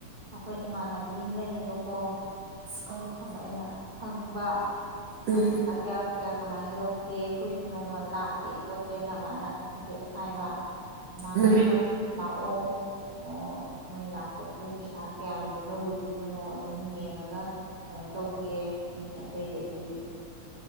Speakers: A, on the right; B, on the right.
A: ꯑꯩꯈꯣꯏ ꯏꯃꯥꯟꯅꯕꯤ ꯑꯃ ꯂꯩꯌꯦꯕꯀꯣ
B: ꯑꯣ
A: ꯑꯗꯨ ꯑꯩꯅ ꯍꯪꯕ
B: ꯎꯝ
A: ꯃꯅ ꯄꯩꯁꯥ ꯀꯌ ꯀꯌꯥ ꯀꯃꯥꯏꯅ ꯂꯧꯒꯦ ꯑꯩꯈꯣꯏꯁꯨ ꯅꯣꯡꯃ ꯂꯥꯛꯀꯦ ꯈꯣꯠꯀꯦꯅ ꯑꯗꯨꯃꯥꯏꯅ ꯍꯥꯏꯐꯦꯠ ꯍꯥꯏꯕ ꯃꯥꯃꯥꯟꯅ
B: ꯎꯝ
A: ꯍꯣꯏ ꯂꯥꯛꯑꯣ ꯑꯣ ꯑꯣ ꯅꯣꯏ ꯂꯥꯛꯄꯕꯨ ꯄꯩꯁꯥ ꯀꯌꯥꯝꯕꯨ ꯂꯧꯔꯨꯗꯨꯕꯅꯣ ꯑꯗꯨꯝ ꯌꯦꯡꯉꯒ ꯀꯩꯅꯣ ꯇꯧꯒꯦ ꯃꯤ ꯑꯇꯩꯗꯗꯤ